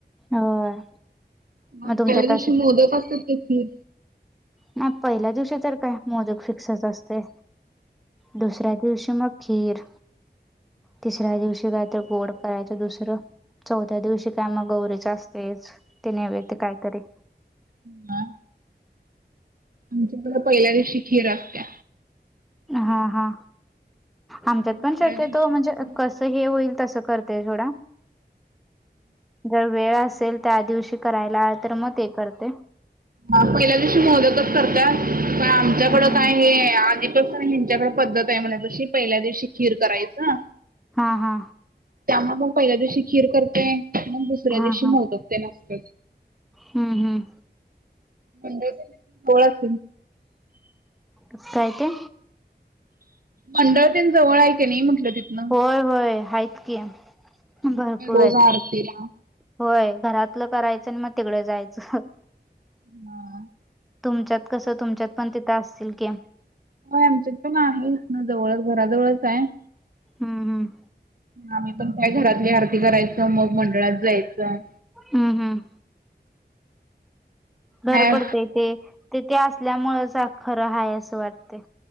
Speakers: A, in the centre; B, on the right.
A: होय
B: मग
A: तुमच्या
B: त्यादिवशी
A: तासात
B: मोदक असत्यात तथे
A: नाही पहिल्या दिवशी तर काय मोदक फिक्सच असते. दुसऱ्या दिवशी मग खीर तिसऱ्या दिवशी काय तर गोड करायचं दुसरं चौथ्या दिवशी काय मग गौरीेच असतेच ते नेवहे ते कायतरी
B: ह् ह आमच्याकडे पहिल्या दिवशी खीर असते.
A: हा हा आमच्यात
B: दुसऱ्या
A: पण शक्यतो
B: दिवशी
A: म्हणजे
B: मग मोदक.
A: कस हे होईल तस करत ते ोडा जर वेळ असेल त्या दिवशी करायला तर मग ते करते.
B: हा पहिल्या दिवशी मोदकच करत पण आमच्याकडं
A: हम्म
B: काय हे आ त हिंच्याकडे पद्धत आहे म्हणा जशी पहिल्या दिवशी खीर करायचं
A: हा हा.
B: त्यामुळे मग पहिल्या दिवशी खीर करते मग दुसऱ्या
A: हा
B: दिवशी
A: हा
B: मोदकते नसत.
A: हम्म हम्.
B: म्हण कोळ अस
A: इपय ते?
B: मंडळतेन जवळ क नाही म्हटलं तिथन?
A: होय होय आहेत की भरपूर
B: मग काय रोज
A: आहेत.
B: आरतीला
A: होय घरातलं करायचं आणि मग तिकडं जायचं.
B: हा.
A: तुमच्यात कस तुमच्यात पण तिथं असतील की.
B: आमच्यात पण आहे ना जवळच घराजवळच आहे
A: हम हम.
B: आम्ही पण काय घरातली आरती करायच मग मंडळात जायचं
A: हम्म हम्. घर
B: काय
A: पडते ते ते ते असल्यामुळेंच खरं आहेय असं वाटते